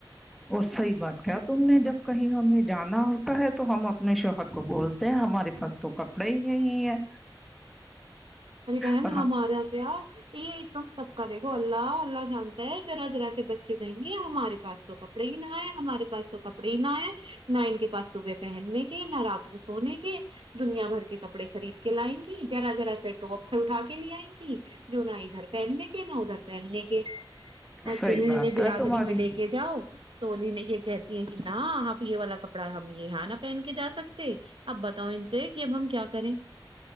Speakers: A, in the centre; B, on the right.
A: اور صحیح بات کہ تم نے جب کہیں ہمیں جانا ہوتا ہے تو ہم اپنے شوہر کو بولتے ہیں ہمارے پاس تو کپڑے ہی نہیں ہے
B: ارے بہن
A: اور
B: ہمارا
A: ہاں
B: کیا یہ تم سب کا دیکھو اللہ اللہ جانتا ہے ذرا ذرا سے بچے گئیں گے ہمارے پاس تو کب کپڑے ہی نہ ہے ہمارے پس تو کپڑے ہی نہ ہے نہ ان کے پاس صبح پہننے کے نہ رات کو سونے کے دنیا بھر کے کپڑے خرید کے لائیں گی ذرا ذرا سیٹ توٹپ کنٹا <unintelligible> لیے آئیں گی جو نہ ادھر پہننے کے نہ ادھر پہننے کے ایک <unintelligible> ا
A: صحیح
B: کہ
A: بات
B: انہیں برادری
A: ہے تمہاری
B: میں لے کے جاؤ توولی نے یہ کہتی ہیں کہ نہ ہ پ یہ والا کپڑا ہم یہ یہاں نہ پہن کے جا سکتے اب بتاؤ ان سے کہ اب ہم کیا کریں